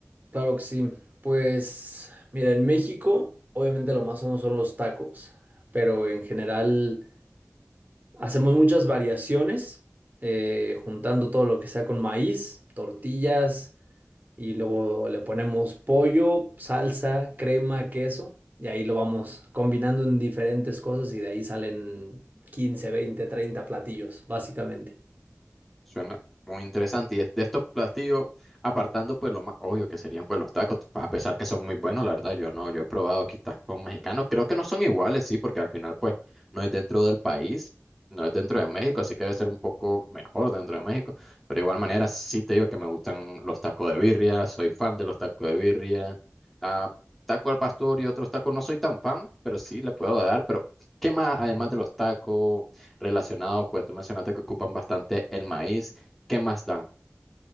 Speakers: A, on the right (about 40°); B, in the centre.
A: claro que sí. Pues mira, en México obviamente lo más famoso son los tacos, pero en general hacemos muchas variaciones, eh, juntando todo lo que sea con maíz, tortillas y luego le ponemos pollo, salsa, crema, queso y ahí lo vamos combinando en diferentes cosas y de ahí salen 15, 20, 30 platillos, básicamente.
B: Suena muy interesante. Y de de estos platillos, apartando pues lo más obvio que serían pues los tacos, a pesar que son muy buenos, la verdad, yo no, yo he probado quizás tacos mexicanos, creo que no son iguales, sí, porque al final pues no es dentro del país, no es dentro de México, así que debe ser un poco mejor dentro de México, pero de igual manera sí te digo que me gustan los tacos de birria, soy fan de los tacos de birria, ah, taco al pastor y otros tacos, no soy tan fan, pero sí le puedo dar, pero ¿qué más además de los tacos? relacionado, pues tú mencionaste que ocupan bastante el maíz. ¿Qué más dan?